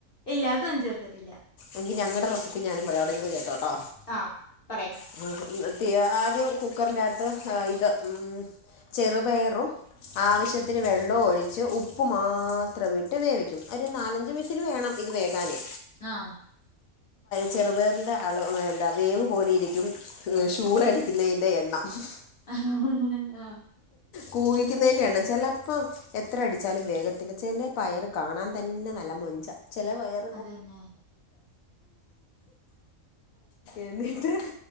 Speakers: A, on the left; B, on the left.
A: ഇല്ല അതൊന്നും ചേർക്കത്തില്ല
B: എങ്കി ഞങ്ങടെ റെസിപ്പി ഞാനും പറയാ അവിടെരിന്ന് കേട്ടോട്ടോ?
A: ആ പറയ്
B: <unintelligible> ഇന്നട്ട് ആദ്യം കുക്കറിന്റകത്ത് ഇത് മ്മ് ചെറുപയറും ആവിശ്യത്തിന് വെള്ളവൊഴിച്ച് ഉപ്പ് മാത്രവിട്ട് വേവിക്കും ഒരു നാലഞ്ച് വിസി -- ല് വേണം ഇത് വേഗാന്
A: ആഹ്
B: ചെറുപയറിന്റെ അള എന്താ വേവ് പോലെയിരിക്കും ശൂളയടിക്കുന്നേന്റെ എണ്ണം !!!!!!!!!!!
A: !!!!!!!!!!
B: കൂവിക്ക്ന്നേന്റെയെണ്ണം ചെലപ്പം എത്ര അടിച്ചാലും വേഗത്തില്ല ചെല പയറ് കാണാൻ തന്നെ നല്ല മൊഞ്ചാ ചെല പയറ്
A: അതന്നെ
B: എന്നിട്ട്